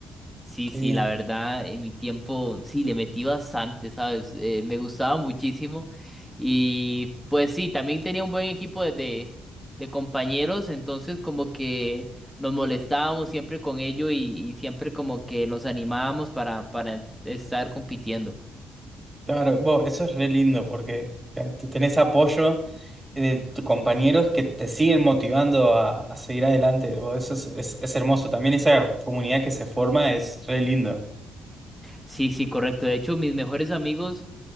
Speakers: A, in the centre; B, on the right.
A: Sí,
B: Qué
A: sí,
B: bien.
A: la verdad, en mi tiempo sí le metí bastante, ¿sabes? Eh, me gustaba muchísimo. Y pues sí, también tenía un buen equipo de, de, de compañeros, entonces como que nos molestábamos siempre con ello y, y siempre como que nos animábamos para, para estar compitiendo.
B: Claro, bo, eso es re lindo porque te- te- tenés apoyo de tus compañeros que te siguen motivando a, a seguir adelante. bo, eso es, es- es hermoso. También esa comunidad que se forma es re lindo.
A: Sí, sí, correcto. De hecho, mis mejores amigos...